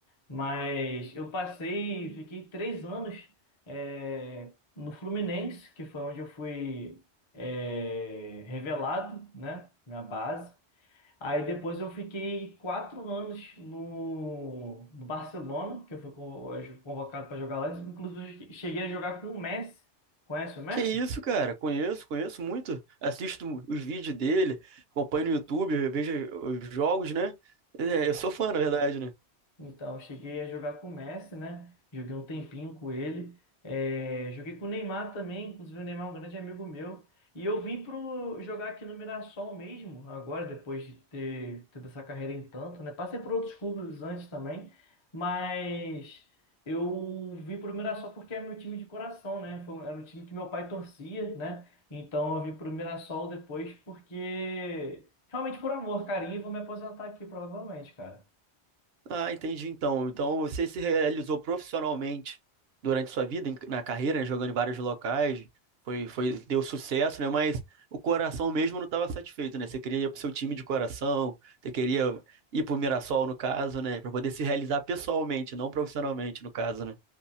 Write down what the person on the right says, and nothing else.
Que isso, cara? Conheço, conheço muito. Assisto os vídeos dele, acompanho no YouTube, vejo os jogos, né? É, Eu sou fã, na verdade, né?
Ah, entendi então. Então você se realizou profissionalmente durante sua vida, em- na carreira, né, jogando em vários locais, foi, foi, deu sucesso, né? Mas o coração mesmo não estava satisfeito, né? Você queria ir pro seu time de coração, você queria ir pro Mirassol, no caso, né? Para poder se realizar pessoalmente, não profissionalmente, no caso, né?